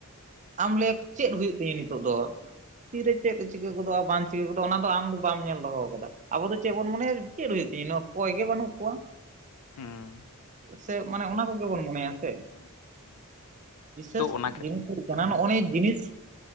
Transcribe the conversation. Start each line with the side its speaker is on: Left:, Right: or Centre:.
Right: ᱟᱢ ᱞᱟᱭᱟ ᱪᱮᱫ ᱦᱩᱭᱩᱜ ᱛᱤᱧᱟᱹ ᱱᱤᱛᱚᱜ ᱫᱚ ᱛᱤᱨᱮ ᱪᱮᱫ ᱪᱤᱠᱟᱹ ᱜᱚᱫᱚᱜᱼᱟ ᱵᱟᱝ ᱪᱤᱠᱟᱹ ᱜᱚᱫᱚᱜᱼᱟ ᱚᱱᱟ ᱫᱚ ᱟᱢ ᱫᱚ ᱵᱟᱢ ᱧᱮᱞ ᱫᱚᱦᱚ ᱠᱟᱫᱟ, ᱟᱵᱚ ᱫᱚ ᱪᱮᱫ ᱵᱚᱱ ᱢᱚᱱᱮᱭᱟ ᱪᱮᱫ ᱦᱩᱭᱩᱜ ᱛᱤᱧᱟᱹ ᱠᱚᱭ ᱜᱮ ᱵᱟᱹᱱᱩᱜ ᱠᱚᱣᱟ
Left: ᱦᱩᱸ
Right: ᱥᱮ ᱢᱟᱱᱮ ᱚᱱᱟ ᱠᱚᱜᱮ ᱵᱚᱱ ᱢᱚᱱᱮᱭᱟ ᱥᱮ, ᱵᱤᱥᱮᱥ
Left: ᱛᱚ
Right: <unintelligible>
Left: ᱚᱱᱟ ᱠᱷᱮᱛ
Right: ᱠᱟᱱᱟ
Left: ᱦᱮᱸ
Right: ᱱᱚᱜᱼᱚ ᱱᱤᱭᱟᱹ ᱡᱤᱱᱤᱥ